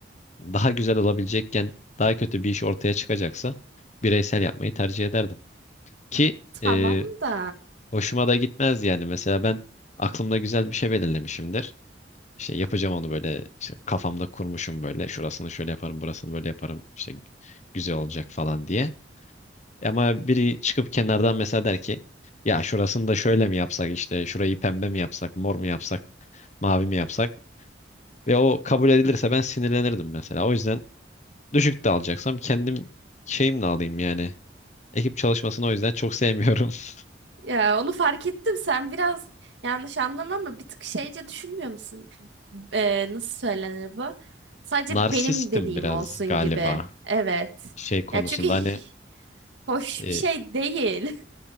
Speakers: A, on the left (about 40°); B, on the right (about 80°).
A: daha güzel olabilecekken daha kötü bir iş ortaya çıkacaksa bireysel yapmayı tercih ederdim. Ki
B: tamam
A: e,
B: da.
A: hoşuma da gitmez yani. Mesela ben aklımda güzel bir şey belirlemişimdir. İşte yapacağım onu böyle işte kafamda kurmuşum böyle şurasını şöyle yaparım burasını böyle yaparım işte güzel olacak falan diye. Ama biri çıkıp kenardan mesela der ki ya şurasını da şöyle mi yapsak işte şurayı pembe mi yapsak mor mu yapsak mavi mi yapsak ve o kabul edilirse ben sinirlenirdim mesela. O yüzden Düşük de alacaksam kendim şeyimle alayım yani. Ekip çalışmasını o yüzden çok sevmiyorum. <laughs>
B: Ya onu fark ettim sen biraz yanlış anlama ama bir tık şeyce düşünmüyor musun? Ee, nasıl söylenir bu? Sadece
A: Narsistim
B: benim dediğim
A: biraz
B: olsun
A: galiba
B: gibi. Evet.
A: şey konusunda
B: Ya çünkü hi-
A: hani
B: hoş
A: e,
B: bir şey değil.